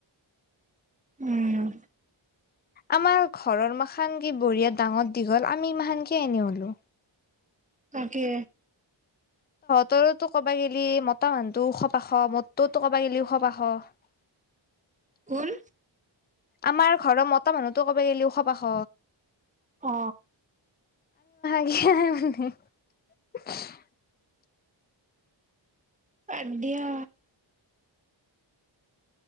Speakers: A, on the right (about 15°); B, on the left (about 20°).
A: উম
B: আমাৰ ঘৰৰ মাখান কি বঢ়িয়া ডাঙৰ দীঘল আমি ইমাহাখান কি এনে হলো
A: তাকে
B: তৰোতো ক'বা গেলি মতা মানুহটো ওখ পাখ মৰটোতো কবা গেলি ওখ পাখ। <inaudible>
A: কোন
B: আমাৰ ঘৰৰ মতা মানুহতো কব গিলি ওখ পাখ
A: অ
B: <unintelligible>
A: বাদ দিয়া